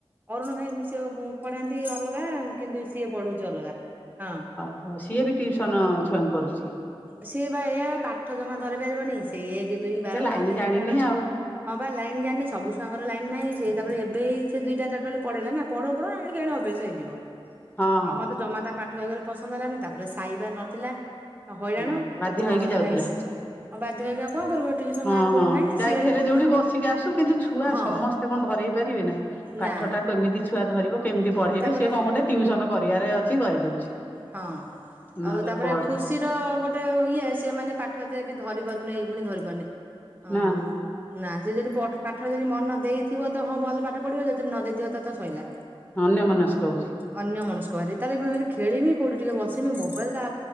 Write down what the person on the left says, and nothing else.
ହଁ ସିଏ ବି ଟିଉସନ ଛୁଆଙ୍କୁ କରୁଛି।
ସେ ଲାଇନ
ଜାଣିନି
ଆଉ।
ହଁ ହଁ
ହଁ
ବାଧ୍ୟ ହେଇକି
ଯାଉଥିଲା।
ହଁ
ହଁ
ଯାଇକି
ହେଲେ ଯୋଉଠି ବସିକି ଆସୁ କିନ୍ତୁ ଛୁଆ
ସମସ୍ତେ କଣ ଧରେଇ ପାରିବେ ନା।
ପାଠ ଟା କେମିତି ଛୁଆ ଧରିବ କେମିତି ପଢେଇବେ
ସିଏ କଣ ଗୋଟେ ଟିଉସନ କରିବାରେ ଅଛି କରିଦଉଛି।
ନହେଲେ
ପଢେ
ନା
ଅନ୍ୟମନସ୍କ ହଉଛି।